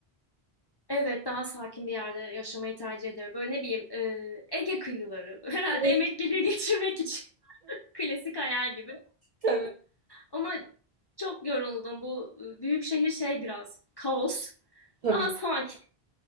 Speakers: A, on the left (about 40°); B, on the right (about 55°).
A: Evet, daha sakin bir yerde yaşamayı tercih ederim. Böyle ne bileyim, e, Ege kıyıları. <laughs> Herhalde
B: <laughs>
A: emekliliği geçirmek için <laughs> klasik hayal gibi.
B: Tabii.
A: Ama çok yoruldum. Bu e, büyük şehir şey biraz kaos.
B: Tabii.
A: Daha sakin,